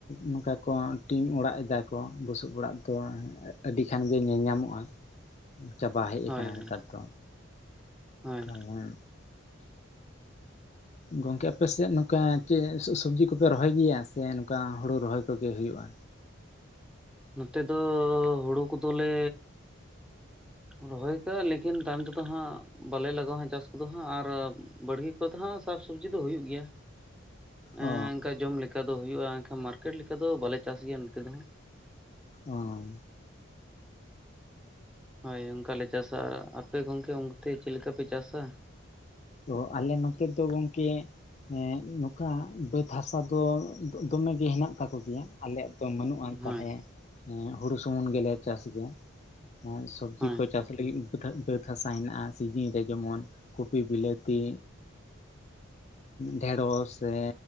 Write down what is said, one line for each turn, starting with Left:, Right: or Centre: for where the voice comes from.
Left: ᱱᱚᱝᱠᱟ ᱠᱚ ᱴᱤᱢ ᱚᱲᱟᱜ ᱮᱫᱟᱠᱚ ᱵᱩᱥᱩᱵ ᱚᱲᱟᱜ ᱫᱚ ᱟᱹᱰᱤ ᱠᱷᱟᱱ ᱜᱮ ᱧᱮᱞ ᱧᱟᱢᱚᱜᱼᱟ ᱪᱟᱵᱟ ᱦᱮᱡ ᱟᱠᱟᱱᱟ
Centre: ᱦᱳᱭ ᱦᱳᱭ
Left: ᱱᱮᱛᱟᱨ ᱫᱚ
Centre: ᱦᱳᱭ
Left: ᱠᱟᱢᱚᱱ ᱜᱚᱝᱠᱮ ᱟᱯᱮᱥᱮᱫ ᱱᱚᱝᱠᱟ ᱪᱮᱫ ᱥᱚᱵᱡᱤ ᱠᱚᱯᱮ ᱨᱚᱦᱚᱭ ᱜᱮᱭᱟ ᱥᱮ ᱱᱚᱝᱠᱟ ᱦᱩᱲᱩ ᱨᱚᱦᱚᱭ ᱠᱚᱜᱮ ᱦᱩᱭᱩᱜᱼᱟ?
Centre: ᱱᱚᱛᱮ ᱫᱚ ᱦᱩᱲᱩ ᱠᱚᱫᱚᱞᱮ ᱨᱚᱦᱚᱭ ᱠᱟᱜᱼᱟ ᱞᱮᱠᱤᱱ ᱛᱟᱭᱚᱢ ᱛᱮᱫᱚ ᱦᱟᱸᱜ ᱵᱟᱞᱮ ᱞᱟᱜᱟᱣᱟ ᱦᱜ ᱪᱟᱥ ᱠᱚᱫᱚ ᱦᱟᱸᱜ ᱟᱨ ᱵᱟᱟᱹᱲᱜᱮ ᱱᱤᱛᱚᱜ ᱦᱚᱸ ᱥᱟᱵ ᱥᱚᱵᱽᱡᱤ ᱫᱚ ᱦᱦᱸ ᱦᱩᱭᱩᱜ ᱜᱮᱭᱟ ᱾ ᱚᱱᱠᱟ
Left: ᱚ
Centre: ᱡᱚᱢ ᱞᱮᱠᱟ ᱫᱚ ᱦᱩᱭᱩᱜᱼᱟ ᱮᱱᱠᱷᱟᱱ ᱢᱟᱨᱠᱮᱴ ᱞᱮᱠᱟ ᱫᱚ ᱵᱟᱞᱮ ᱪᱟᱥ ᱜᱮᱭᱟ ᱱᱚᱛᱮ ᱫᱚ ᱦᱟᱸᱜ ᱾
Left: ᱚᱦ
Centre: ᱦᱳᱭ ᱚᱱᱠᱟᱞᱮ ᱪᱟᱥᱟ ᱟᱯᱮ ᱜᱚᱝᱠᱮ ᱚᱱᱛᱮ ᱪᱮᱫ ᱞᱮᱠᱟ ᱯᱮ ᱪᱟᱥᱟ?
Left: ᱛᱚ ᱟᱞᱮ ᱱᱚᱛᱮ ᱫᱚ ᱜᱚᱝᱠᱮ ᱦᱮᱸ ᱱᱚᱝᱠᱟ ᱵᱟᱹᱫᱽ ᱦᱟᱥᱟ ᱫᱚ ᱫᱚᱢᱮ ᱜᱮ ᱦᱮᱱᱟᱜ ᱛᱟᱠᱚ ᱜᱮᱭᱟ ᱟᱞᱮᱭᱟᱜ ᱵᱟᱹᱱᱩᱜᱼᱟ ᱛᱟᱦᱚᱞᱮ
Centre: ᱦᱳᱭ
Left: ᱦᱩᱲᱩ ᱥᱩᱢᱩᱝ ᱜᱮᱞᱮ ᱪᱟᱥ ᱜᱮᱭᱟ ᱥᱚᱵᱡᱤ
Centre: ᱦᱳᱭ
Left: ᱠᱚ ᱪᱟᱥ ᱞᱟᱹᱜᱤᱫ ᱵᱟᱹᱫᱽ ᱦᱟᱥᱟ ᱦᱮᱱᱟᱜᱼᱟ ᱥᱤᱡᱤᱱ ᱨᱮ ᱡᱮᱢᱚᱱ ᱠᱚᱵᱤ ᱵᱤᱞᱟᱹᱛᱤ ᱡᱛᱤ ᱰᱷᱮᱲᱚᱥ ᱥᱮ